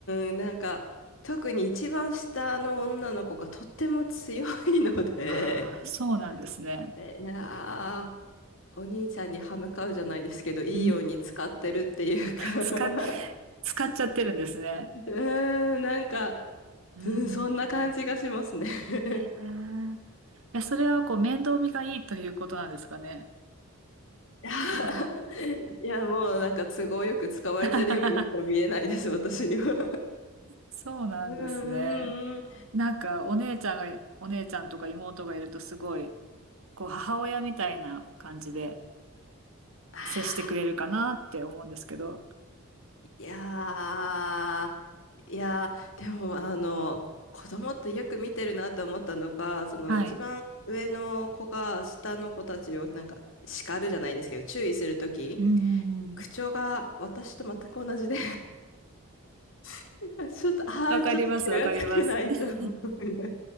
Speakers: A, on the left (about 60°); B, on the right (about 65°).
A: ーん、なんか特に一番下の女の子がとっても強いので、
B: ああ、そうなんですね。
A: えーなあ、お兄ちゃんに歯向かうじゃないですけど、いいように使ってるっていうか
B: うん。使っ、
A: <laughs>
B: 使っちゃってるんですね。
A: うーん、なんか、
B: うん。
A: うん、そんな感じがしますね <laughs>
B: ええ。いや、それはこう面倒見がいいということなんですかね。
A: いや、
B: うん。
A: <laughs> いやもうなんか都合よく使われてるようにしか見えないです、
B: <laughs>
A: 私には
B: そうなんですね。
A: うん、<laughs> うん、うん。
B: なんかお姉ちゃんが、お姉ちゃんとか妹がいるとすごい、こう母親みたいな感じで
A: あ
B: 接してくれるかなって思うんですけど。
A: ーいやーいやー、でも、あの、子供ってよく見てるなと思ったのが、その一番上の子が下の子たちをなんか叱るじゃないですけど、
B: はい。
A: 注意するとき、
B: うんうんうん。
A: 口調が私と全く同じで <laughs> ちょっと、ああ、
B: わかります、
A: ちょっと気をつけないと聞
B: わかります。<laughs>